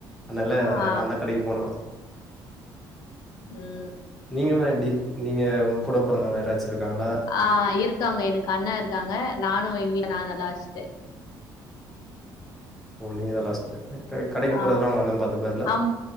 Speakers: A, in the centre; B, on the left.
A: அதனால
B: ஆ
A: நான் தான் கடைக்கு போணும்
B: ம்
A: நீங்க நீங்க உங்க கூட பொறந்தவங்க யாராச்சு இருக்காங்களா
B: ஆஹ் இருக்காங்க எனக்கு அண்ணா இருக் இருக்காங்க நானும் எங்க வீட்ல நான் தான் லாஸ்ட்
A: ஓ நீங்க தான் லாஸ்ட்டு கடைக்கு போறதெல்லா
B: ஆஹ்
A: உங்க அண்ண பாத்துப்பாருல
B: ஆம்